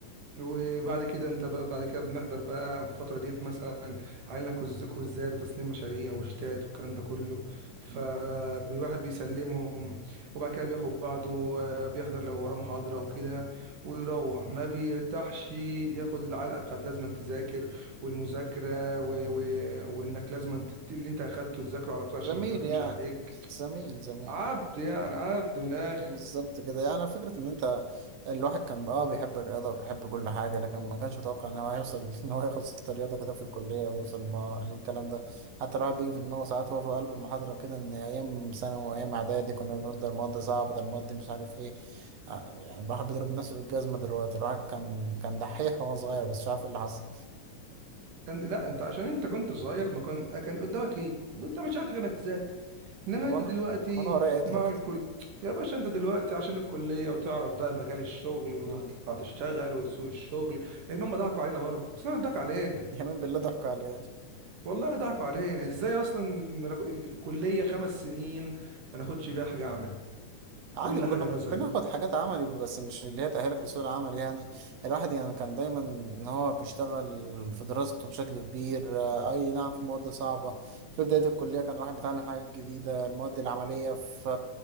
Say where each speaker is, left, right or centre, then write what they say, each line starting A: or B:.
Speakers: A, on the right (about 85°); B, on the right (about 65°).
A: وبعد كده انت بقى بعد كده بنحضر بقى الفترة ديت مثلا علينا كوز- كوزات وتسليم مشاريع وشتات والكلام ده كله فالواحد
B: مم.
A: بيسلمهم وبعد كده بياخد بعضه آه، بيحضر لو وراه محاضرة وكده ويروح ما بيرتاحش ياخد العلقة بتاعت لازم تذاكر والمذاكرة و... و... وانك لازم تت... اللي انت اخدته تذاكره على طول عشان
B: زميل
A: ما يتراكمش
B: يا
A: عليك
B: زميل زميل
A: عبد يعني عبد من الآخر
B: بالظبط كده يعني فكرة إن أنت الواحد كان بقى آه بيحب الرياضة وبيحب كل حاجة لكن ما كانش متوقع إن هو هيوصل <laughs> إن هو ياخد ست رياضة كده في الكلية ويوصل ما للكلام ده حتى الواحد بيجي في دماغه ساعات وهو في قلب المحاضرة كده إن أيام ثانوي وأيام إعدادي كنا بنقول ده المواد صعبة ده المواد مش عارف إيه ع- يعني الواحد بيضرب نفسه بالجزمة دلوقتي الواحد كان كان دحيح وهو صغير بس مش عارف إيه اللي حصل
A: كان لا انت عشان انت كنت صغير ما كان كان قدامك ايه؟ انت مش حاجه غير انك تذاكر انما
B: طب
A: انت
B: أنا
A: دلوقتي
B: أنا ورايا إيه دلوقتي؟
A: مع الكل يا باشا انت دلوقتي عشان الكليه وتعرف بقى مجال الشغل وتطلع
B: مم.
A: تشتغل وتسوق الشغل لان هم ضحكوا علينا برضه اصلا ضحكوا علينا
B: يمين بالله ضحك عليا
A: والله ضحكوا علينا ازاي اصلا ما ناخد- في الكليه خمس سنين ما ناخدش فيها حاجه عملي
B: عادي
A: كل
B: كنا
A: حاجه
B: بناخد
A: نظري
B: حاجات عملي بس مش اللي هي تأهلك لسوق العمل يعني الواحد يعني كان دايما ان هو بيشتغل في دراسته بشكل كبير آه، اي نعم في مواد صعبة في بداية الكلية كان الواحد بيتعلم حاجات جديدة المواد العملية في